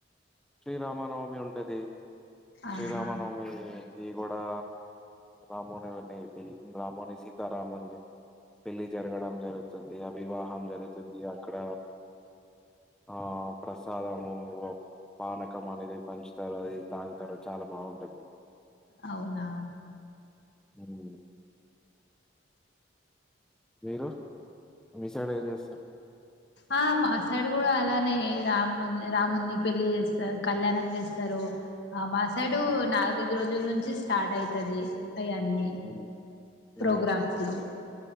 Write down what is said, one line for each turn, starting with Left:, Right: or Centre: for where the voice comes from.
Centre: శ్రీరామనవమి ఉం టదే శ్రీరామనవమి
Left: ఆహా
Centre: ది కూడా రామునిని రాముని సీతారాముల్ని పెళ్లి జరగడం జరుగుతుంది అ వివాహం జరుగుతుంది అక్కడ ఆ ఆ ప్రసా సాదము హ్ వో పానకం అనేది పంచ్ తారు అది తాగుతారు చాలా బాగుంటది
Left: అవునా
Centre: ఉమ్, మీరు మీ సైడ్ ఏం చేస్తారు.
Left: ఆ మా సైడ్ కూడా అలానే రాముని రాముని పెళ్లి చేస్తారు కళ్యాణం చేస్తారు. ఆ మా సైడు
Centre: ఉమ్,
Left: నాలుగైదు రోజుల ను చి స్టార్ట్ అయితాది. అయితయి అన్నీ
Centre: ఉమ్,
Left: ప్రోగ్రామ్స్
Centre: ఆ,
Left: లో